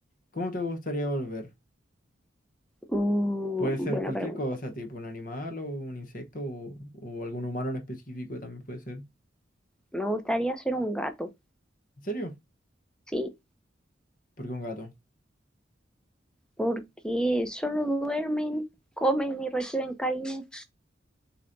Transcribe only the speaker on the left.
¿cómo te gustaría volver?
Puede ser
cualquier
cosa, tipo un animal o un insecto o, o algún humano en específico también puede ser.
¿En serio?
Porque un gato.